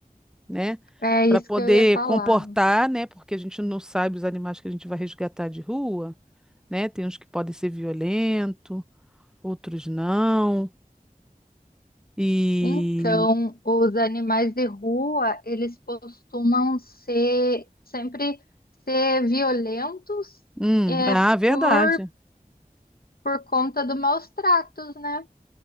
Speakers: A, in the centre; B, on the left (about 85°).
A: né?
B: É
A: Para
B: isso
A: poder
B: que eu ia falar.
A: comportar, né? Porque a gente não sabe os animais que a gente vai resgatar de rua, né? Tem uns que podem ser violentos, outros não. E.
B: Então, os animais de rua, eles costumam ser sempre ser violentos
A: Hum,
B: é
A: ah, verdade.
B: por por conta do maus tratos, né?